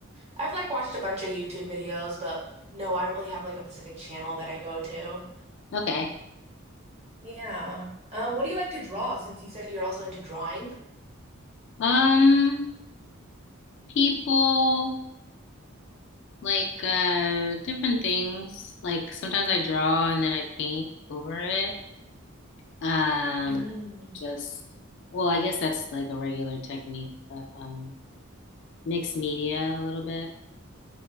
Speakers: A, on the right; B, on the left.
A: I've like watched a bunch of YouTube videos, but no, I don't really have like a specific channel that I go to.
B: okay.
A: Yeah. Um, what do you like to draw since you said you're also into drawing?
B: Um, people like uh different things. Like sometimes I draw and then I paint over it. Um,
A: Mm.
B: just well, I guess that's like a regular technique, but um mixed media a little bit.